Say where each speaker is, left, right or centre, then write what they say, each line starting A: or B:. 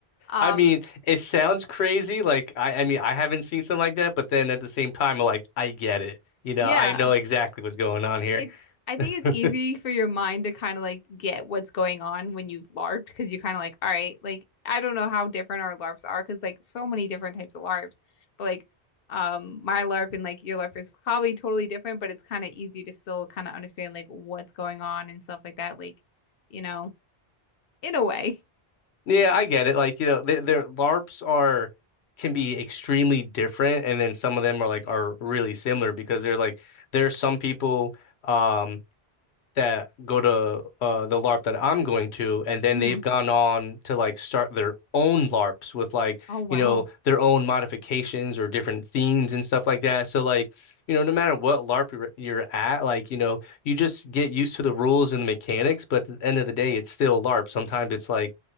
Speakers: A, on the left (about 65°); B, on the left (about 80°).
A: Um
B: I mean, it sounds crazy. Like I, I mean, I haven't seen something like that, but then at the same time, I'm like I get it. You know,
A: <laughs> yeah.
B: I know exactly what's going on here.
A: It's I think
B: <laughs>
A: it's easy for your mind to kind of like get what's going on when you've LARPed because you're kind of like, all right, like I don't know how different our LARPs are because like so many different types of LARPs, but like um my LARP and like your LARP is probably totally different, but it's kind of easy to still kind of understand like what's going on and stuff like that, like you know, in a way.
B: Yeah,
A: And
B: I get it. Like, you know, their, their LARPs are can be extremely different, and then some of them are like are really similar because they're like there are some people um that go to uh the LARP that I'm going to, and then
A: Mhm.
B: they've gone on to like start their own LARPs with like,
A: Oh wow.
B: you know, their own modifications or different themes and stuff like that. So like, you know, no matter what LARP you're, you're at, like, you know, you just get used to the rules and the mechanics, but at the end of the day, it's still LARP. Sometimes it's like